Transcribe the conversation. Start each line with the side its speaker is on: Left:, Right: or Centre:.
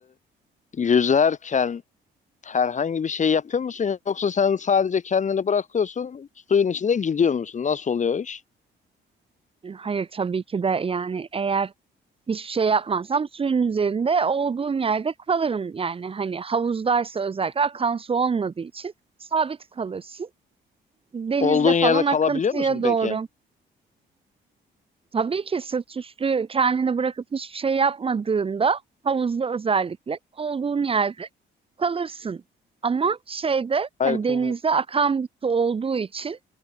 Left: e, yüzerken herhangi bir şey yapıyor musun yoksa sen sadece kendini bırakıyorsun suyun içinde gidiyor musun? Nasıl oluyor o iş?
Right: Hayır tabii ki de yani eğer hiçbir şey yapmazsam suyun üzerinde olduğum yerde kalırım yani hani havuzdaysa özellikle akan su olmadığı için sabit kalırsın. Denizde
Left: Olduğun
Right: falan
Left: yerde kalabiliyor
Right: akıntıya
Left: musun
Right: doğru.
Left: peki?
Right: Tabii ki sırt üstü kendini bırakıp hiçbir şey yapmadığında havuzda özellikle olduğun yerde kalırsın. Ama şeyde
Left: Harika,
Right: hani denizde akan bir su olduğu için